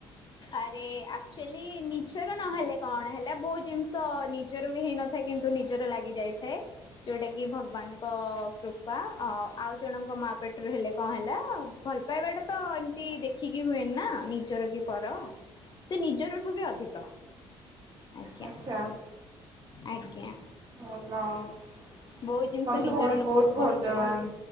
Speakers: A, on the left; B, on the right.
A: ଆରେ ଆକ୍ଚୁଆଲି ନିଜର ନହେଲେ କଣ ହେଲା ବହୁତ୍ ଜିନିଷ ନିଜର ବି ହେଇନଥାଏ କିନ୍ତୁ ନିଜର ଲାଗି ଯାଇଥାଏ ଯୋଉଟା କି ଭଗବାନଙ୍କ କୃପା ଅ ଆଉ ଜଣଙ୍କ ମା ପେଟରୁ ହେଲେ କଣ ହେଲା ଭଲ ପାଇବାଟା ତ ଏମିତି ଦେଖିକି ହୁଏନି ନା ନିଜର କି ପର ସେ ନିଜର ଠୁ ବି ଅଧିକ ଆଜ୍ଞା।
B: ଆଚ୍ଛା
A: ଆଜ୍ଞା।
B: ଭଲ <inaudible>
A: ବହୁତ ଜିନିଷ
B: ତମେ ସବୁ
A: ନିଜର
B: ଭଉଣୀ
A: ଲୋକଙ୍କୁ
B: ବହୁତ ଭାଗ୍ୟବାନ
A: କହି ହୁଏନି।